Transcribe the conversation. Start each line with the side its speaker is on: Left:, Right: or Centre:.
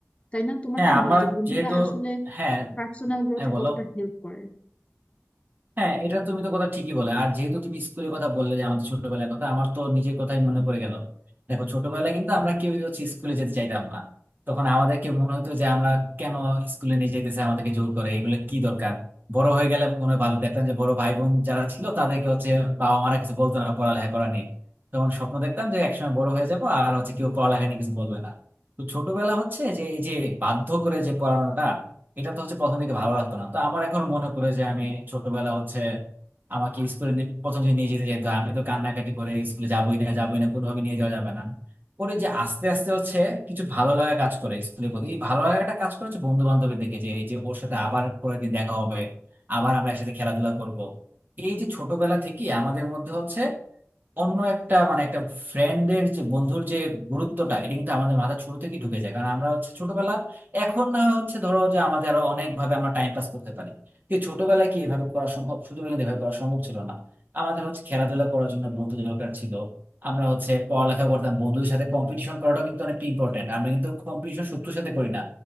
Left: তাই না তোমার
Right: হ্যাঁ
Left: কি মনে
Right: আমার
Left: হয় যে বন্ধুরা
Right: যেহেতু
Left: আসলে
Right: হ্যাঁ
Left: পার্সোনাল গ্রোথে
Right: হ্যাঁ বলো
Left: কতটা হেল্প করে
Right: হ্যাঁ এটা তুমি তো কথা ঠিকই বলে আর যেহেতু তুমি স্কুলের কথা বললে যে আমাদের ছোটবেলার কথা আমার তো নিজের কথাই মনে পড়ে গেল দেখো ছোটবেলায় কিন্তু আমরা কেউ হচ্ছে স্কুলে যেতে চাইতাম না তখন আমাদেরকে মনে হতো যে আমরা কেন স্কুলে নিয়ে যেতেছে আমাদেরকে জোর করে এগুলো কি দরকার বড় হয়ে গেলে মনে হয় ভালো দেখতাম যে বড় ভাই বোন যারা ছিল তাদেরকে হচ্ছে বাবা মারা কিছু বলতো না পড়ালেখা করা নিয়ে তখন স্বপ্ন দেখতাম যে একসময় বড় হয়ে যাবো আর হচ্ছে কেউ পড়ালেখা নিয়ে কিছু বলবে না তো ছোটবেলা হচ্ছে যে এই যে বাধ্য করে যে পড়ানোটা এটা তো হচ্ছে প্রথম দিকে ভালো লাগতো না তো আমার এখন মনে পড়ে যে আমি ছোটবেলা হচ্ছে আমাকে স্কুলে নি- প্রথম যে নিয়ে যেতে যেত আমি তো কান্নাকাটি করে স্কুলে যাবোই না যাবোই না কোনোভাবে নিয়ে যাওয়া যাবে না পরে যে আস্তে আস্তে হচ্ছে কিছু ভালো লাগা কাজ করে স্কুলের প্রতি এই ভালো লাগাটা কাজ করে হচ্ছে বন্ধু বান্ধবের দেখে যে এই যে ওর সাথে আবার পরের দিন দেখা হবে আবার আমরা একসাথে খেলাধুলা করব এই যে ছোটবেলা থেকে আমাদের মধ্যে হচ্ছে অন্য একটা মানে একটা ফ্রেন্ডের যে বন্ধুর যে গুরুত্বটা এটা কিন্তু আমাদের মাথা শুরু থেকে ঢুকে যায় কারণ আমরা হচ্ছে ছোটবেলা এখন না হয় হচ্ছে ধরো যে আমাদের আরো অনেক ভাবে আমরা টাইম পাস করতে পারি কিন্তু ছোটবেলায় কি এভাবে করা সম্ভব ছোটবেলায় কিন্তু এভাবে করা সম্ভব ছিল না আমাদের হচ্ছে খেলাধুলা করার জন্য বন্ধু দরকার ছিল আমরা হচ্ছে পড়ালেখা করতাম বন্ধুদের সাথে কম্পিটিশন করাটা কিন্তু অনেক ইম্পর্টেন্ট আমরা কিন্তু কম্পিটিশন শত্রুর সাথে করি না